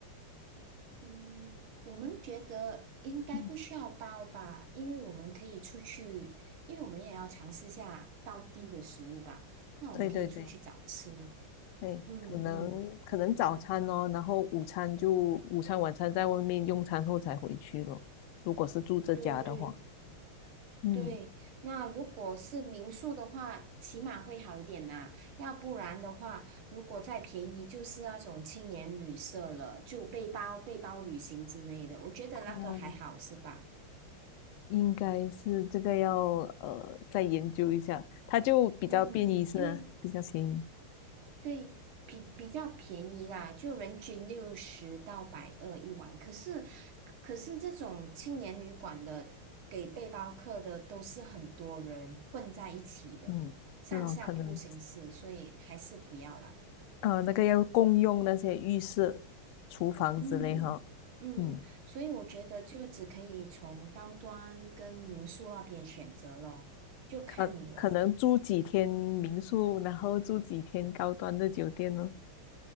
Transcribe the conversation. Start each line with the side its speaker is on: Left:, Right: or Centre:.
Right: 嗯，我们觉得应该不需要包吧，
Left: 嗯，
Right: 因为我们可以出去，因为我们也要尝试下道地的食物吧，那我们可以出去找吃，
Left: 对对对对，
Right: 嗯嗯，
Left: 可能可能早餐哦，
Right: 那
Left: 然后午餐就午餐晚餐在外面用餐后才回去咯。如果是住这家的话。
Right: 对对，
Left: 嗯，
Right: 对，那如果是民宿的话，起码会好一点啦。要不然的话，如果再便宜，就是那种青年旅社了，就背包背包旅行之类的。我觉得那个还好，
Left: 哦，
Right: 是吧？
Left: 应该是这个要呃再研究一下，它就比较便宜是吗？
Right: 嗯，因为
Left: 比较便宜，
Right: 对比比较便宜啦，就人均六十到百二一晚。可是可是这种青年旅馆的给背包客的都是很多人混在一起的，
Left: 嗯，
Right: 上下铺形式，
Left: 是哦，可能
Right: 所以还是不要啦。
Left: 呃那个要共用那些浴室、厨房之类哈，
Right: 嗯嗯，
Left: 嗯，
Right: 所以我觉得就只可以从高端跟民宿那边选择咯，就看你了。
Left: 可可能住几天民宿，然后住几天高端的酒店呢？